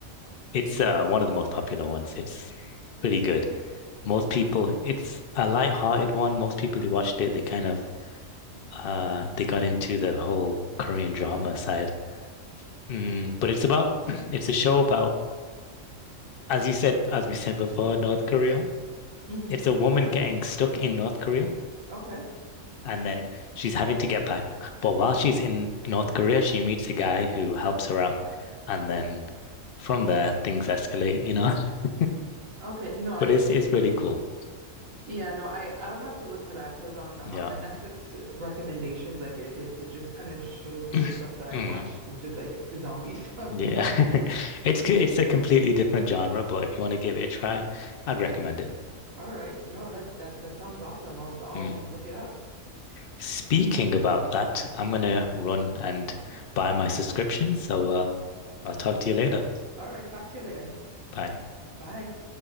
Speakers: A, on the left; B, on the right.
A: It's uh, one of the most popular ones. It's pretty good. Most people, it's a light-hearted one. Most people who watched it, they kind of uh, they got into the whole Korean drama side. Mm, but it's about <clears throat> it's a show about, as you said, as we said before, North Korea.
B: Mm-hmm.
A: It's a woman getting stuck in North Korea
B: Okay.
A: and then she's having to get back. But while she's in North Korea, she meets a guy who helps her out, and then from there things escalate, you know. <laughs>
B: Okay. No, I
A: But it's it's really cool.
B: Yeah, no, I I would have to look for that because on on
A: Yeah.
B: my Netflix uh, recommendations, like it it, it just kind of shows me
A: <clears throat>
B: the stuff that I
A: Mm,
B: watched, which is like zombie <laughs> stuff.
A: yeah.
B: And
A: <laughs> It's c- it's a completely different genre, but if you want to give it a try, I'd recommend it.
B: all right, no, that that that sounds awesome. I'll I'll
A: Mm.
B: look it up.
A: Speaking about that, I'm gonna run and buy my subscription, so uh, I'll talk to you later.
B: All right, talk to you later.
A: Bye.
B: Bye.